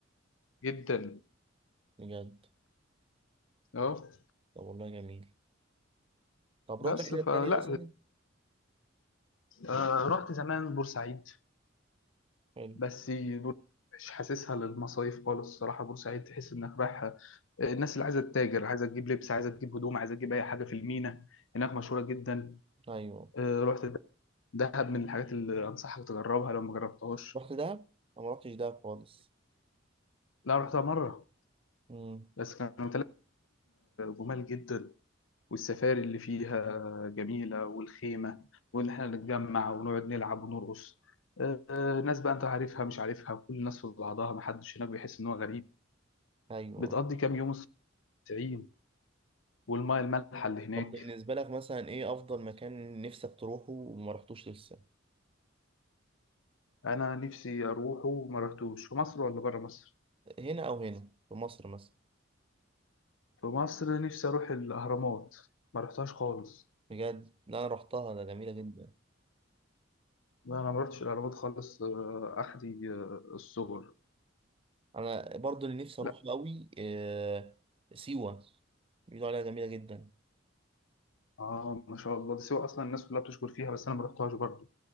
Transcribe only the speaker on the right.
بجد
طب والله جميل طب
رحت حتة
تانية مثلا؟
حلو
أيوه
رحت دهب؟ أنا ما رحتش دهب خالص
مم.
أيوه
طب بالنسبة لك مثلا ايه أفضل مكان نفسك تروحه وما رحتوش لسه؟
هنا أو هنا في مصر مثلا؟
بجد لا أنا رحتها ده جميلة جدا
انا برضو اللي نفسي
اروح قوي آه، سيوة بيقولوا عليها جميلة جدا